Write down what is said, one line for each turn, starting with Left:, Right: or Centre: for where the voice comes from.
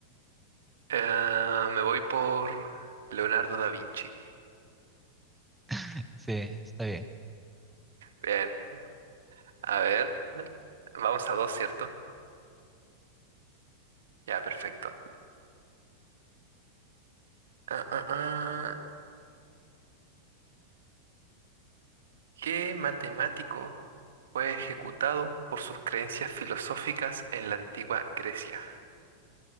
Right: Ah, me voy por Leonardo da Vinci.
Centre: <laughs> Sí, está bien.
Right: Bien, a ver. Vamos a dos, ¿cierto? Ya, perfecto. Ah, ah, ah. ¿Qué matemático fue ejecutado por sus creencias filosóficas en la antigua Grecia?